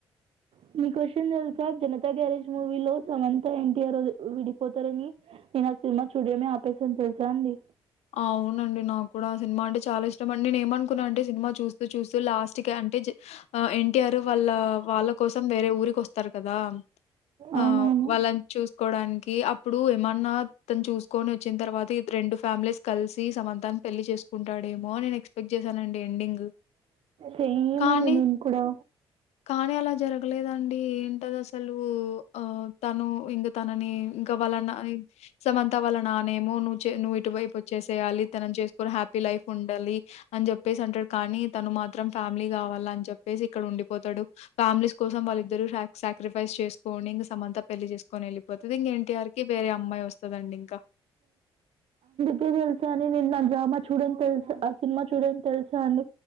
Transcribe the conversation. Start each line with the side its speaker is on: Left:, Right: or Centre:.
Right: అ మీకో విషయం తెలుసా జనతా గ్యారేజ్ మూవీ లో సమంత ఎన్టీఆర్ విడిపోతారని నేను ఆ సినిమా చూడియమే ఆపేసాను తెలుసా అండి
Left: అవునండి నాకు కూడా సినిమా అంటే చాలా ఇష్టం అండి నేను ఏమనుకున్నా అంటే సినిమా చూస్తూ చూస్తూ లాస్ట్ కి అంటే జ ఎన్ ఎన్ టీ ఆర్ వాళ్ళ వాళ్ళ కోసం వేరే ఊరికి వస్త కదా
Right: అవునవును.
Left: ఆ వాళ్ళని చూసుకోవడానికి అప్పుడు ఏమన్నా తను చూసు కొని వచ్చిన తర్వాత రెండు ఫ్యామిలీస్ కలిసి సమంతా ప పెళ్లి చేసుకుంటాడేమో నేను ఎక్స్పెక్ట్ చేశానండి ఎండింగ్
Right: సేమ్
Left: కానీ
Right: అండి నేను కూడా
Left: కానీ అలా జరగలేదండి ఏంటది అసలు ఆ తను ఇంగ తనని ఇంకా వాళ్ళ నా సమంత వాళ్ళ నానేమో నువ్ చే నువ్వు ఇటు వైపు వచ్చేసేయాలి తన హ్యాపీ లైఫ్ ఉండాలి అని చెప్పేసి అంటాడు కానీ తను మాత్రం ఫ్యామిలీ కావాలి అని చెప్పేసి ఇక్కడ ఉండిపోతడు ఫ్యామిలీస్ కోసం వాళ్లిద్దరు సాక్రిఫైస్ చేసుకోని ఇం సమంత పెళ్లి చేసుకొని వెళ్ళిపోతుంది ఇంక ఎన్టీఆర్కి వేరే అమ్మాయి వస్తుదండి ఇంకా
Right: నీకు తెలుసా అండి <unintelligible> చూడండి తెలుసా ఆ సినిమా చూడను తెలుసా అండి